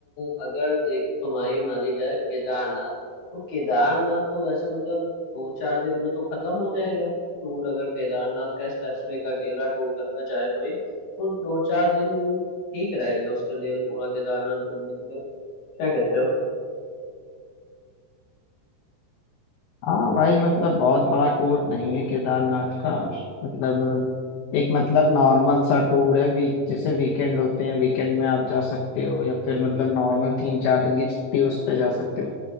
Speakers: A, on the left (about 60°); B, on the left (about 80°).
A: अ, अगर देख तुम्हारी मानी जाए केदारनाथ तो केदारनाथ तो वैसे मतलब दो चार दिन में तो खत्म हो जाएगा टूर अगर केदारनाथ का स्पेसिफिक अकेला टूर करना चाहे कोई तो दो चार दिन ठीक रहेंगे उसके लिए पूरा केदारनाथ घूमने के लिए क्या कहते
B: हाँ भाई मतलब बहुत बड़ा टूर नहीं है केदारनाथ का मतलब एक मतलब नॉर्मल सा टूर है वीक जैसे वीकेंड होते हैं वीकेंड में आप जा सकते हो या फिर मतलब नॉर्मल तीन चार दिन की छुट्टी उस पे जा सकते हो